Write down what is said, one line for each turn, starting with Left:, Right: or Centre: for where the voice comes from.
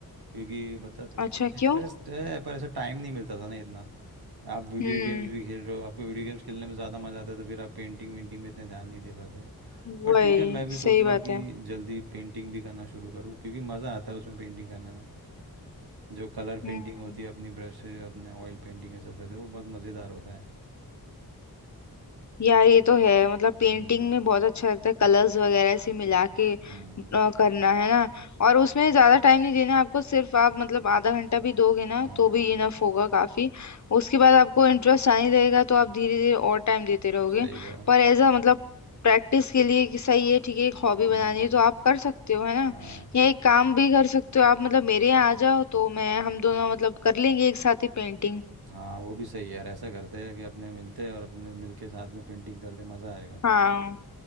Right: क्योंकि मतलब
Left: अच्छा
Right: इंटरेस्ट
Left: क्यों
Right: है पर ऐसा टाइम नहीं मिलता था ना इतना आप वीडियो
Left: हम्म
Right: गेम्स भी खेल रहे हो आपको वीडियो गेम्स खेलने में ज़्यादा मज़ा आता है तो फिर आप पेंटिंग वेंटिंग में इतना ध्यान नहीं दे पाते पर
Left: वही
Right: ठीक है मैं भी सोच
Left: सही
Right: रहा
Left: बात
Right: हूँ कि
Left: है
Right: जल्दी पेंटिंग भी करना शुरू करूँ क्योंकि मज़ा आता है उसमें पेंटिंग करने में जो कलर
Left: हम्म
Right: पेंटिंग होती है अपनी ब्रश से अपने ऑयल पेंटिंग ये सब करते हैं वो बहुत मज़ेदार होता है
Left: यार ये तो है मतलब पेंटिंग
Right: हम्म
Left: में बहुत अच्छा लगता है कलर्स वगैरह ऐसे मिला के अ,
Right: हम्म
Left: करना है ना और उसमें ज्यादा टाइम नहीं देना आपको सिर्फ आप मतलब आधा घंटा भी दोगे ना
Right: हाँ
Left: तो भी इनफ होगा काफी उसके बाद आपको इंटरेस्ट आने लगेगा तो आप धीरे धीरे और टाइम देते रहोगे
Right: सही कहा
Left: पर एज अ मतलब प्रैक्टिस के लिए कि सही है ठीक है एक हॉबी
Right: हम्म
Left: बनानी है तो आप कर सकते हो है ना
Right: हाँ
Left: या एक काम भी कर सकते हो आप मतलब मेरे यहाँ आ जाओ तो मैं हम दोनों मतलब कर लेंगे एक साथ ही पेंटिंग
Right: हाँ वो भी सही है यार ऐसा करते हैं कि अपने मिलते हैं और अपने मिल के साथ में पेंटिंग करते मज़ा आएगा
Left: हाँ